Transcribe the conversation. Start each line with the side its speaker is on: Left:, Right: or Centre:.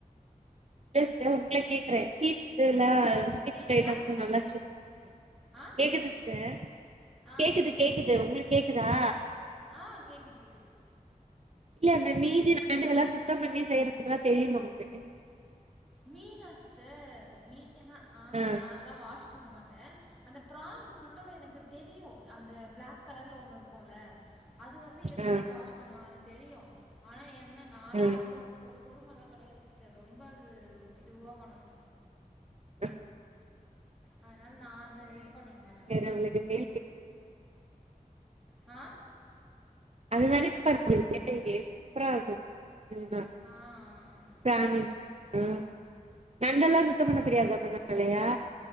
Right: இல்ல சிஸ்டர் உங்கள கேக்குறே ஸீ ஃபுட்லா ஸீ
Centre: கேக்குதா?
Right: ஃபுட் ஐட்டம் எல்லா நல்லா செஞ்
Centre: ஆ
Right: கேக்குது சிஸ்டர்
Centre: ஆ
Right: கேக்குது
Centre: சொல்லுங்க
Right: கேக்குது
Centre: சொல்லுங்க.
Right: உங்களுக் கேக்குதா
Centre: ஆ கேக்குது கேக்குது
Right: இல்ல இந்த மீனு நண்டு இதெல்லா சுத்தம் பண்ணி செய்யறதுக்கெல்லா தெரியுமா உங்களுக்கு
Centre: மீனா சிஸ்டர் மீனு அ ஆஹா
Right: ஆ
Centre: நா அதெல்லா வாஷ் பண்ண மாட்டே அந்த ப்ரான் மட்டு எனக்கு தெரியு அந்த ப்ளாக் கலர்ல ஒண்ணு இருக்குல அது வந்து எடுத்துட்டு
Right: ஆ
Centre: வாஷ் பண்ணுவாங்க அது தெரியு ஆனா என்ன நாளா
Right: ஆ
Centre: அவ்ளோ பொறுமல்லா கெடையாது சிஸ்டர் ரொம்ப அது இதுவா பண்ணனு
Right: அ
Centre: அதுனால நா அந்த இது பண்ணிக்க மாட்டே
Right: நம்ளுக்கு தே
Centre: ஆ
Right: அதுதாலே <inaudible> சூப்பரா இருக்கு செஞ்சம்னா
Centre: ஆ ஆ
Right: பிராணி ஹம் நண்டெல்லாம் சுத்தம் பண்ண தெரியாத பண்ணலையா